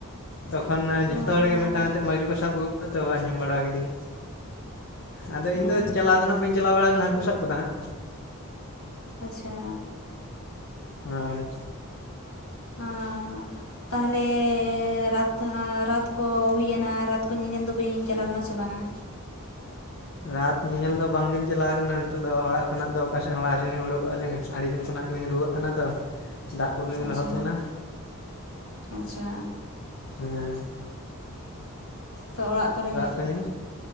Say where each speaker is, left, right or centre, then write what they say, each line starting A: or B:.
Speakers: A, on the left; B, on the left.
A: ᱛᱚᱠᱷᱚᱸᱱ
B: ᱚ
A: ᱡᱷᱚᱛᱚ ᱦᱚᱲ ᱜᱮ ᱢᱤᱫᱴᱟᱝ ᱟᱛᱮᱜ ᱢᱟᱹᱜᱽᱨᱤ ᱠᱚ ᱥᱟᱵ ᱟᱹᱜᱩ ᱠᱚᱣᱟ ᱛᱚ ᱟᱸᱡᱚᱢ ᱵᱟᱲᱟ ᱠᱤᱫᱟᱹᱧ᱾ ᱟᱫᱚ ᱤᱧᱫᱚ
B: ᱚ
A: ᱪᱟᱞᱟᱣ ᱫᱚ ᱦᱟᱸᱜ ᱵᱟᱹᱧ ᱪᱟᱞᱟᱣ ᱵᱟᱲ ᱠᱟᱱᱟ ᱦᱟᱹᱠᱩ ᱥᱟᱵ ᱠᱚᱫᱚ ᱦᱟᱸᱜ
B: ᱟᱪᱪᱷᱟ
A: ᱦᱳᱭ
B: ᱦᱚᱸᱻ ᱛᱟᱦᱞᱮ ᱨᱟᱛ ᱨᱟᱛ ᱠᱚ ᱦᱩᱭᱱᱟ ᱨᱟᱛ ᱠᱚ ᱧᱮᱸᱧᱮᱞ ᱫᱚ ᱵᱤᱧ ᱪᱟᱞᱟᱣ ᱞᱮᱱᱟ ᱥᱮ ᱵᱟᱝᱟ᱾
A: ᱨᱟᱛ ᱧᱮᱧᱮᱞ ᱫᱚ ᱵᱟᱝᱞᱤᱧ ᱪᱟᱞᱟᱣ ᱠᱟᱱᱟ ᱱᱤᱛᱚᱜ ᱫᱚ ᱚᱲᱟᱜ ᱠᱷᱚᱱᱟᱜ ᱫᱚ ᱚᱠᱟ ᱥᱮᱫ ᱦᱚᱸ ᱟᱹᱨᱤ ᱞᱤᱧ ᱩᱰᱩᱠᱚᱜ ᱟᱹᱞᱤᱧ ᱟᱹᱰᱤ ᱫᱤᱱ ᱠᱷᱚᱱᱟᱜ ᱞᱤᱧ ᱨᱩᱣᱟᱹᱜ ᱚᱱᱟ ᱫᱚ ᱫᱟᱜ ᱠᱚᱨᱮ ᱞᱤᱸᱧ
B: ᱟᱪᱪᱷᱟ
A: ᱞᱚᱦᱚᱫ ᱞᱮᱱᱟ᱾
B: ᱟᱪᱪᱷᱟ
A: ᱦᱩᱸ
B: ᱛᱚ ᱚᱲᱟᱜ ᱠᱚᱨᱮ ᱜᱮ
A: ᱠᱚ ᱧᱮᱞ